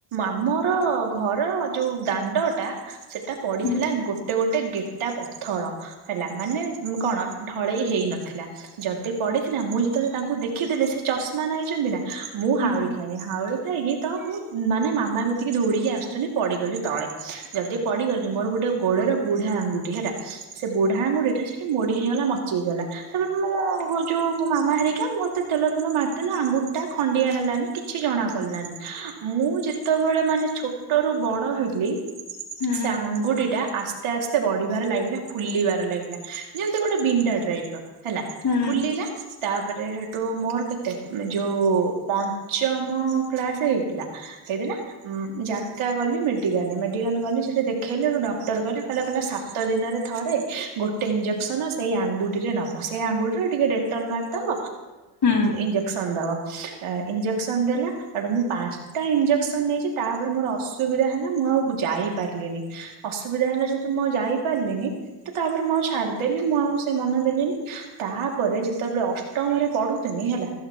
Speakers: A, on the right (about 75°); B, on the left (about 50°).
A: ଆମର ଘର ଯୋଉ ଦାଣ୍ଡ ଟା। ସେଟା ପଡିଥିଲା
B: ହୁଁ
A: ଗୋଟେ ଗୋଟେ ଗେଟା ପଥର ହେଲା ମାନେ। କଣ ଢଳେଇ ହେଇ ନଥିଲା। ଯଦି ପଢିଥିଲା ମୁଁ ଯେତେବେଳେ ତାଙ୍କୁ ଦେଖିଦେଲେ ସେ ଚଷମା ନାଇଛନ୍ତି ନା। ମୁଁ
B: ହୁଁ
A: ହାଉଳି ଖାଇନି ହାଉଳି। ଖାଇକି ତ ମୁଁ ମାନେ ମାମା କତିକି ଧୌଡିକି ଆସୁଥିଲି ପଡିଗଲି ତଳେ ଯଦି। ପଡିଗଲି ମୋର ଗୋଟେ ଗୋଡର ବୁଢା ଆଙ୍ଗୁଠି। ହେଲା ସେ ବୁଢା ଆଙ୍ଗୁଠିଟା ସେ। ମୋଡି ହେଇଗଲା ମକଚି ହେଇଗଲା। ତାପରେ ମୁଁ ଯୋଉ ମୋ ମାମା ହେରିକା ମୋତେ ତେଲ। ତେଲ ଫେଲ ମାରିଦେଲେ ଆଙ୍ଗୁଠିଟା ଖଣ୍ଡିଆ ହେଲାନି କିଛି ଜଣା ପଡ଼ିଲାନି ମୁଁ ଯେ। ଯେତେବେଳେ ମାନେ ଛୋଟରୁୁ ବଡ ହେଲି।
B: ହୁଁ
A: ସେ ଆଙ୍ଗୁଠିଟା ଆସ୍ତେ ଆସ୍ତେ ବଢିବାର ଲାଗିଲା ଫୁଲିବାର ଲାଗିଲା। ଯେମିତି ଗୋଟେ ବିଣ୍ଡା ଟାଇପର ହେଲା।
B: ହୁଁ
A: ଫୁଲିଲା। ତାପରେ ସେଠୁ ମୋର କେତେ ଯୋଉ ପଞ୍ଚମ କ୍ଳାସ ହେଇଥିଲା। ହେଇଥିଲା। ହ୍ନୁ ଜାରକା ଗଲି ମେଡିକାଲ। ମେଡିକାଲ ଗଲି ସେଠି ଦେଖେଇଲି ହେଠୁ ଡକ୍ଟର କହିଲା ସାତ। ସାତ ଦିନରେ ଥରେ ଗୋଟେ। ଗୋଟେ ଇଞ୍ଜେକ୍ସନ ସେଇ ଆଙ୍ଗୁଠରେ ନବ। ସେଇ ଆଙ୍ଗୁଠରେ ଟିକେ ଡେଟଲ ମାରିଦବ।
B: ହୁଁ
A: ଇଞ୍ଜେକ୍ସନ ଦବ। ଇଞ୍ଜେକ୍ସନ ଦେଲା ହେଠୁ ମୁଁ ପାଁ। ଟା ଇଞ୍ଜେକ୍ସନ ନେଇଛି ତାପରେ ମୋର ଅସୁବିଧା ହେଲା ମୁଁ ଆଉ ଯାଇ ପାରିଲିନି। ଅସୁବିଧା ହେଲା ଯେହେତୁ ମୁଁ ଆଉ ଯାଇ ପାରିଲିନି ତ ତାପରେ ମୁଁ ଆଉ। ଛାଡିଦେଲି ମୁଁ ଆଉ ସେ ମନ ଦେଲିନି ତାପରେ ଯେତେବେଳେ ଅଷ୍ଟମରେ ପଢୁଥିଲି ହେଲା।